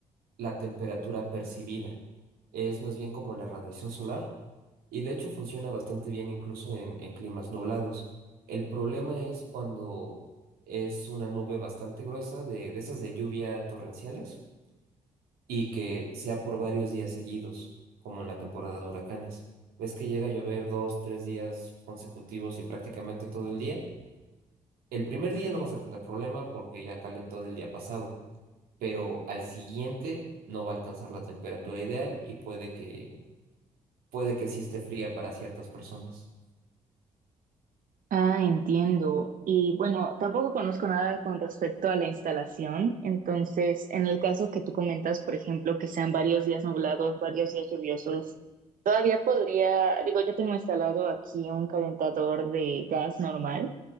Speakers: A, on the right (about 80°); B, on the right (about 65°).
A: la temperatura percibida. Es más bien como la radiación solar y de hecho funciona bastante bien incluso en, en climas nublados. El problema es cuando es una nube bastante gruesa de, de esas de lluvia torrenciales y que sea por varios días seguidos, como en la temporada de huracanes. Ves que llega a llover dos, tres días consecutivos y prácticamente todo el día. El primer día no vas a tener problema porque ya calentó del día pasado, pero al siguiente no va a alcanzar la temperatura ideal y puede que, puede que sí esté fría para ciertas personas.
B: Ah, entiendo. Y bueno, tampoco conozco nada con respecto a la instalación. Entonces, en el caso que tú comentas, por ejemplo, que sean varios días nublados, varios días lluviosos, todavía podría, digo, yo tengo instalado aquí un calentador de gas normal.